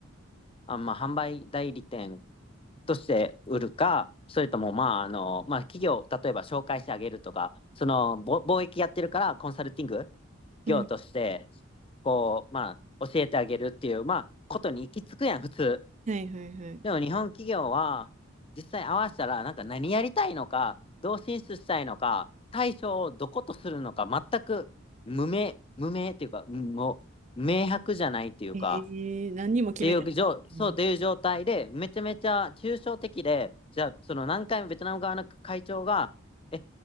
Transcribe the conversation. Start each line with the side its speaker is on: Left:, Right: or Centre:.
Left: あ、まあ、販売代理店として売るか、それとも、まあ、あの、まあ、企業、例えば紹介してあげるとか、その、ぼ貿易やってるから、コンサルティング
Right: うん。
Left: 業として、こう、まあ、教えてあげるっていう、まあ、ことに行き着くやん、普通。
Right: はいはいはい。
Left: でも、日本企業は、実際合わせたら、なんか何やりたいのか、どう進出したいのか、対象をどことするのか、全く無名、無名っていうか、もう、明白じゃないっていうか、
Right: ええ、何にも決めてなかったんや。
Left: っていう状、そうという状態で、めちゃめちゃ抽象的で、じゃあ、その何回もベトナム側の会長が、え、